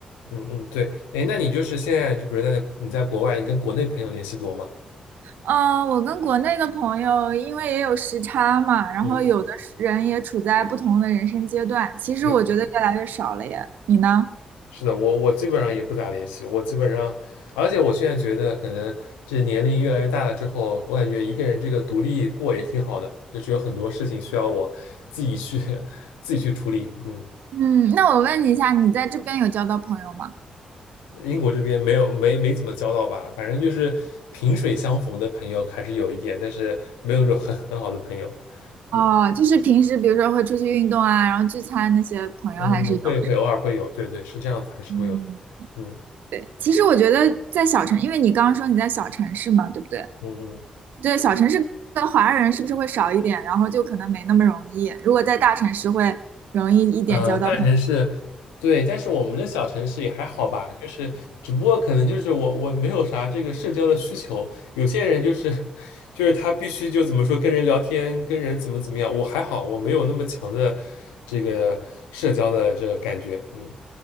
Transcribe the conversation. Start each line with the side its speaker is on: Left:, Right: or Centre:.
Left: 嗯嗯，对，哎，那你就是现在就比如那个你在国外，你跟国内朋友联系多吗？
Right: 嗯、我跟国内的朋友，因为也有时差嘛，然后有的是人也处在不同的人生阶段，
Left: 嗯，
Right: 其实我觉得越来越少了耶。
Left: 对对，
Right: 你呢？
Left: 是的，我我基本上也不咋联系，我基本上，而且我现在觉得可能这年龄越来越大了之后，我感觉一个人这个独立过也挺好的，就是有很多事情需要我自己去 <laughs> 自己去处理。嗯，
Right: 嗯，那我问你一下，你在这边有交到朋友吗？
Left: 英国这边没有没没怎么交到吧，反正就是萍水相逢的朋友还是有一点，但是没有说很很好的朋友。
Right: 哦，
Left: 嗯。
Right: 就是平时比如说会出去运动啊，然后聚餐那些朋友还是有的
Left: 嗯，会会偶尔会有，对对，是这样子，还是会有，
Right: 嗯
Left: 嗯
Right: 对，其实我觉得在小城，因为你刚刚说你在小城市嘛，对不对？
Left: 嗯嗯，
Right: 对，小城市的华人是不是会少一点，然后就可能没那么容易。如果在大城市会容易一点交到朋友。
Left: 呃，大城市，对，但是我们这小城市也还好吧，就是只不过可能就是我我没有啥这个社交的需求，有些人就是 <laughs> 就是他必须就怎么说跟人聊天，跟人怎么怎么样，我还好，我没有那么强的这个社交的这个感觉，嗯